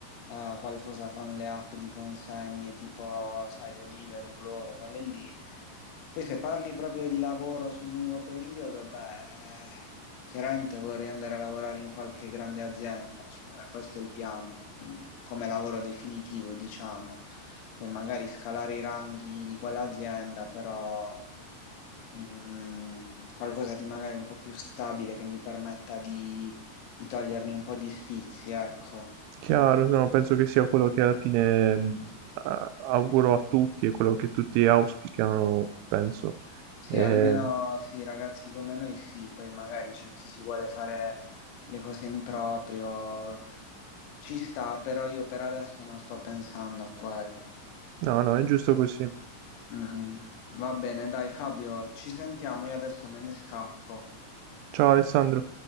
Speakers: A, on the left; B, on the right.
A: a qualcosa con le app di consegne tipo, sai, Deliveroo, Glovo, quelle lì. Poi se parli proprio di lavoro sul lungo periodo, beh, chiaramente vorrei andare a lavorare in qualche grande azienda, cioè questo è il piano, mm, come lavoro definitivo, diciamo. Poi magari scalare i ranghi di quell'azienda, però mm, qualcosa di magari un po' più stabile che mi permetta di, di togliermi un po' di sfizi, ecco.
B: Chiaro, no, penso che sia quello che alla fine mh, a- auguro a tutti e quello che tutti auspicano, penso.
A: Sì,
B: Eh,
A: almeno sì, ragazzi come noi sì, poi magari c'è chi si vuole fare le cose in proprio, ci sta, però io per adesso non sto pensando a quello.
B: no, no, è giusto così.
A: Mm, mm. va bene, dai Fabio, ci sentiamo, io adesso me ne scappo.
B: Ciao Alessandro.